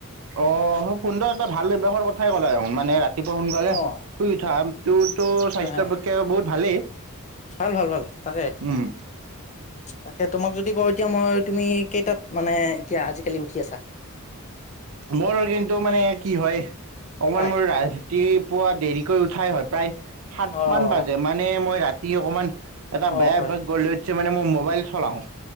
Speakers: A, on the right; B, on the left.
A: অ খুব সুন্দৰ এটা ভাল অভ্যাসৰ কথাই ক'লে দেখোন মানে ৰাতি <unintelligible> ৰাতিপুৱা সোনকালে
B: অ',
A: শুই উঠা তটো তো স্বাস্থ্য
B: হয়, হয়,
A: পক্ষে বহুত ভালেই
B: ভাল ভাল ভাল তাকে
A: উম
B: তাকে তোমাক যদি এতিয়া মই তুমি কেইটাত মানে এতিয়া আজিকালি উঠি আছা
A: বৰৰ কিন্তু মানে কি হয় অকমান
B: হয়,
A: মোৰ ৰাইজ ৰাতিপুৱা দেৰিকৈ উঠাই হয় প্ৰায় সাত
B: অ',
A: মান বাজে মানে মই ৰাতি তি অকণমান এটা
B: অ',
A: বেয়া
B: হয়,
A: অভ্যাগ গলে মানে মই মোবাইল চলাওঁ